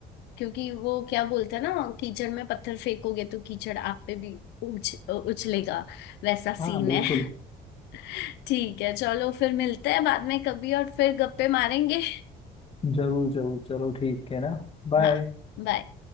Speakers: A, on the left (about 90°); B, on the left (about 35°).
A: क्योंकि वो क्या बोलते हैं ना कीचड़ में पत्थर फेंकोगे तो कीचड़ आप पे भी उछ उछलेगा वैसा
B: हाँ
A: सीन
B: बिल्कुल
A: है <laughs> ठीक है चलो फिर मिलते हैं बाद में कभी और फिर गप्पे मारेंगे
B: जरूर जरूर चलो ठीक है ना बाय
A: हाँ bye.